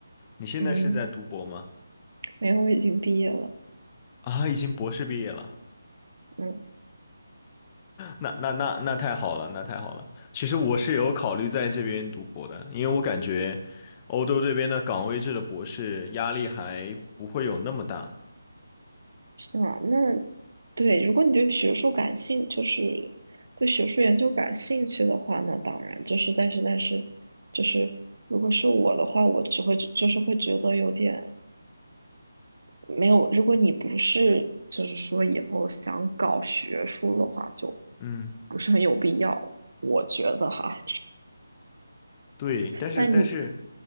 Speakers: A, on the left; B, on the right.
A: 你现在是在读博吗？
B: 嗯，没有，我已经毕业了。
A: 啊，已经博士毕业了。
B: 嗯。
A: 那那那那太好了，那太好了。其实我是有考虑在这边读博的，因为我感觉欧洲这边的岗位制的博士压力还不会有那么大。
B: 是啊，那对，如果你对学术感兴，就是对学术研究感兴趣的话，那当然就是，但是但是就是，如果是我的话，我只会就是会觉得有点没有。如果你不是就是说以后想搞学术的话，就
A: 嗯。
B: 不是很有必要，我觉得哈。
A: 对，但是但是
B: 但你